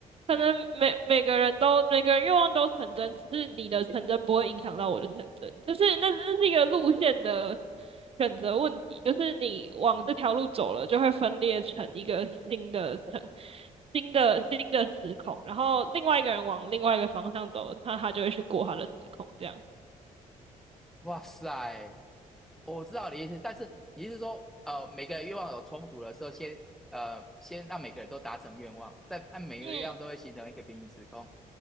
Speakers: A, in the centre; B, on the right.
A: 哎，
B: 可能每每个人都每个人愿望都成真，只是你的成真不会影响到我的成真，就是那只是一个路线的选择问题，就是你往这条路走了，就会分裂成一个新的层。新的新的时空，然后另外一个人往另外一个方向走，那他就会去过他的时空，这样。
A: 哇塞，我知道你的意思，但是你是说，呃，每个愿望有冲突的时候，先呃，先让每个人都达成愿望，但但每个愿望都会形成一个平行时空，
B: 嗯，